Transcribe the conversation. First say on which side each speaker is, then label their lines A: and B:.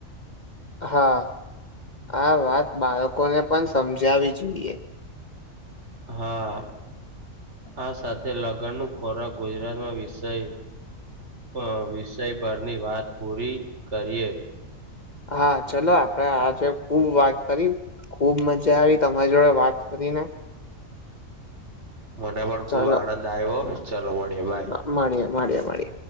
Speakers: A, on the left; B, on the right.
A: હા, આ વાત બાળકોને પણ સમજાવી જોઈએ.
B: હા આ સાથે લગ્નનું ખોરાક ગુજરાતમાં વિષય અ વિષય પરની વાત પૂરી કરીએ.
A: હા, ચલો આપડે આજે ખુબ વાત કરી ખુબ મજા આવી તમારી જોડે વાત કરીને.
B: મને પણ ખુબ
A: ચલો
B: આનંદ આવ્યો. ચલો મડીયે બાય.
A: મળીએ મળીએ મળીએ